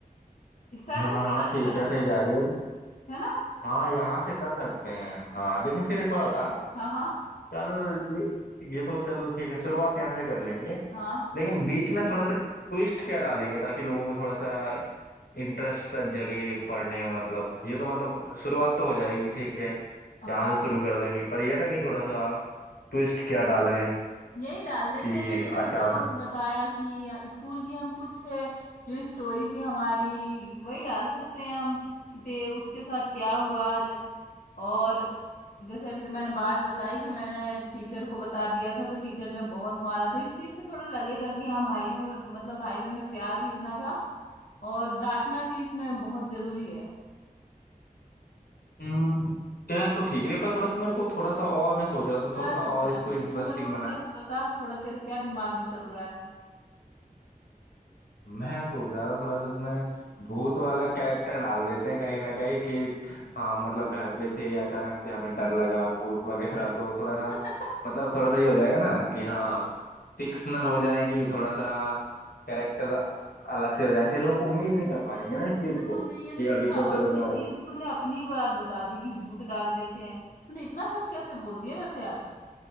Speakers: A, on the left; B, on the left.
A: स्टार्टिंग
B: हाँ
A: में
B: हाँ
A: प्यार
B: ठीक
A: से कर
B: है
A: सकती
B: सही जा
A: है
B: रही है
A: है ना
B: हाँ यहाँ से कर सकते हैं हाँ लेकिन फिर एक बार होता
A: हाँ हाँ
B: चल ये ये तो चल ठीक है शुरुआत यहाँ से कर लेंगे
A: हाँ
B: लेकिन बीच में थोड़ा सा ट्विस्ट क्या डालेंगे ताकि लोगों को थोड़ा सा इंटरेस्ट सा जगे पढ़ने में मतलब ये तो मतलब शुरुआत तो हो जाएगी कि ठीक है
A: हाँ
B: यहाँ से शुरू कर देंगे पर ये ना कि थोड़ा सा ट्विस्ट क्या डालें
A: यही डाल देते
B: कि
A: हैं मैंने तभी
B: अचानक
A: तेरे को अभी बताया कि स्कूल की हम कुछ अ, जो स्टोरी थी हमारी वही डाल सकते हैं हम कि ते उसके साथ क्या हुआ और जैसे अभी तो मैंने बात बताई कि मैंने टीचर को बता दिया था तो टीचर ने बहुत मारा था इस चीज से थोड़ा लगेगा कि हाँ भाइयों में मतलब भाई बहन में प्यार भी इतना था और डांटना भी इसमें बहुत जरूरी है
B: हम्म क्या है तो ठीक है पर थोड़ा सा मेरे को थोड़ा सा और मैं सोच रहा था
A: क्या
B: थोड़ा सा
A: सोच
B: और
A: रहा
B: इसको
A: था
B: इंटरेस्टिंग
A: तू मेरे को थोड़ा सा पता थोड़ा तेरे क्या दिमाग में चल रहा है
B: मैं सोच रहा था थोड़ा सा इसमें भूत वाला कैरेक्टर डाल देते हैं कहीं ना कहीं कि हम मतलब घर पे थे अचानक से हमें डर लगा भूत <laughs> वगैरह तो थोड़ा
A: <laughs>
B: सा मतलब थोड़ा सा ये हो जाएगा ना कि हाँ फिक्शनल हो जाएगी थोड़ा सा कैरेक्टर अलग से हो जाएंगे लोग उम्मीद नहीं कर पाएंगे ना इस चीज
A: ये तो
B: को
A: तूने ये
B: कि
A: तो तूने
B: अभी तो चलो
A: अपनी
B: नॉर्मल
A: ये तो तूने अपनी ही बात बता दी कि भूत डाल देते हैं तूने इतना सच कैसे बोल दिया वैसे आज